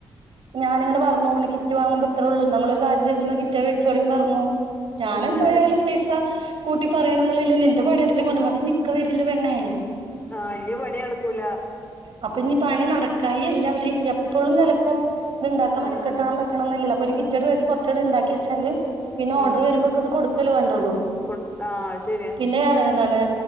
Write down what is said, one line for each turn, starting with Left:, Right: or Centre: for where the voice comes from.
Right: ഞാനിങ്ങനെ പറഞ്ഞു ഇങ്ങനെ കിറ്റ് വാങ്ങുമ്പോ ത്രോള്ളൂ ന്നാ ങ്ങളൊരു കാര്യം ചെയ്തോ കിറ്റേ മേടിച്ചോളിം ന്ന് പറഞ്ഞു
Left: ആഹ്
Right: ഞാന എന്തായാലും പൈസ കൂട്ടി പറയണം ന്നുള്ളില്ലന്നെ എന്റെ പണിയ ഇത്രിം <unintelligible> അതിനി ഇക്ക വരല്ലേ പെണ്ണെ
Left: ആഹ് ഇഞ്ഞ് പണി നടക്കൂല
Right: അപ്പൊ ഇഞി പണി നടക്കായില്ല പക്ഷെ എപ്പോഴും ചെലപ്പോ ഇത്ണ്ടാക്കാൻ മനക്കെട്ടാണം
Left: ഉം
Right: പറ്റണംന്നില്ലല്ലോ അപ്പൊ ഒരു കിറ്റങ്ങട് വച്ച് കുറച്ചങ്ട് ഉണ്ടാക്കി വച്ചാല് പിന്നെ ഓഡർ
Left: ഉം
Right: വരുമ്പോ ഇത് കൊടുക്കേല്ലേ വേണ്ടള്ളൂ
Left: കൊടു ആഹ് ശരിയ
Right: പിന്നെയാണ് എന്താണ്